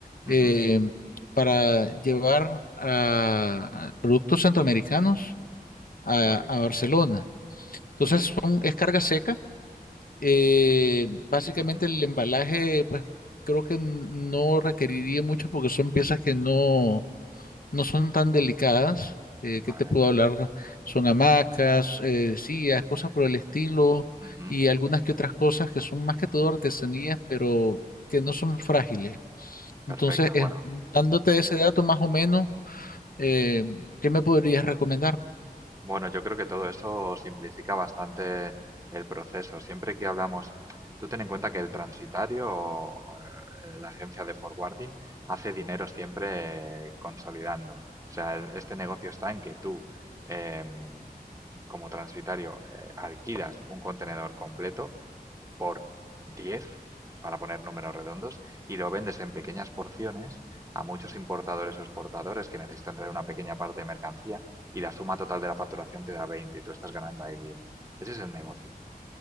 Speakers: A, on the right; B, on the left.
A: Ujú.
B: eh, para llevar a a productos centroamericanos a,
A: Muy bien.
B: a Barcelona. Entonces son, es carga seca. eh,
A: Es que
B: básicamente
A: Ujú.
B: el embalaje, pues creo que n- no requeriría mucho porque son piezas que no, no son tan delicadas. Eh, ¿qué
A: Vale.
B: te puedo hablar? Son hamacas, eh, sillas, cosas por el estilo
A: Ujú.
B: y algunas que otras cosas que son más que todo artesanías, pero que no son frágiles.
A: Perfecto,
B: Entonces, eh,
A: bueno.
B: dándote ese dato más o menos, eh, ¿qué me podrías recomendar?
A: Bueno, yo creo que todo eso simplifica bastante el proceso. Siempre que hablamos tú ten en cuenta que el transitario o, eh, la agencia de forwarding hace dinero siempre eh, consolidando. O sea, el- este negocio está en que tú, em, como transitario, eh, alquilas un contenedor completo por 10 para poner números redondos, y lo vendes en pequeñas porciones a muchos importadores o exportadores que necesitan traer una pequeña parte de mercancía y la suma total de la facturación te da 20 y tú estás ganando ahí 10. Ese es el negocio.